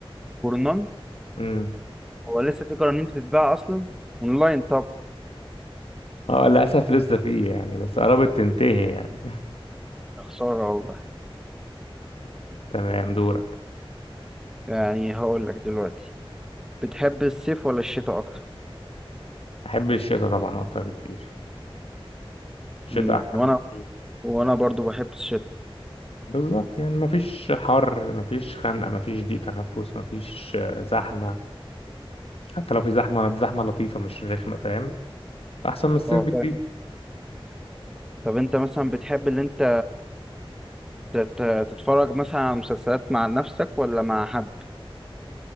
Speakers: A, in the centre; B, on the left (about 80°).
A: جورنان
B: امم
A: هو لسه في قرانين بتتباع اصلا اونلاين طبعا
B: اه للأسف لسه فيه يعني بس قربت تنتهي يعني
A: خسارة والله
B: <laughs> تمام دورك
A: يعني هقول لك دلوقتي بتحب الصيف ولا الشتاء أكتر؟
B: أحب الشتاء طبعا أكتر بكتير الشتاء
A: مم،
B: أحسن
A: وأنا
B: بكتير
A: وأنا برضو بحب الشتاء
B: بالظبط يعني مفيش حر مفيش خنقة مفيش ضيق تنفس مفيش آه، زحمة حتى لو في زحمة زحمة لطيفة مش رخمة فاهم أحسن من الصيف
A: اه
B: بكتير
A: فاهم. طب أنت مثلا بتحب اللي أنت تت- تتفرج مثلا على مسلسلات مع نفسك ولا مع حد؟